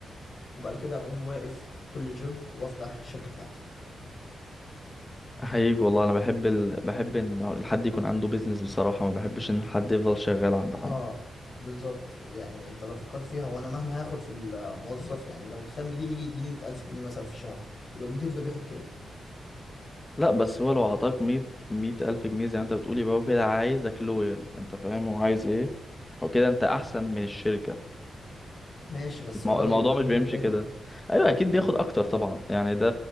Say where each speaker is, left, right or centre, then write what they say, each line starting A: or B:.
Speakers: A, on the left; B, on the left.
A: وبعد كده اقوم واقف كل جوب وافتح الشركة بتاعتي
B: احييك والله انا بحب ال... بحب ان الحد يكون عنده بيزنس بصراحة ما بحبش ان الحد يفضل شغال عند حد
A: اه بالظبط يعني انت لو فكرت فيها هو انا مهما هاخد في الموظف يعني لو تخيل مدير يجي يديني 100000 جنيه مثلا في الشهر يبقى المدير ده بياخد كام
B: لا بس هو لو عطاك مية مية ألف جنيه زي ما انت بتقول يبقى هو كده عايزك لويال انت فاهم هو عايز ايه هو كده انت احسن من الشركة
A: ماشي بس
B: المو-
A: ولو
B: الموضوع
A: يبقى هو
B: مش
A: بياخد
B: بيمشي
A: كام
B: كده
A: <laughs>
B: ايوه اكيد بياخد اكتر طبعا يعني ده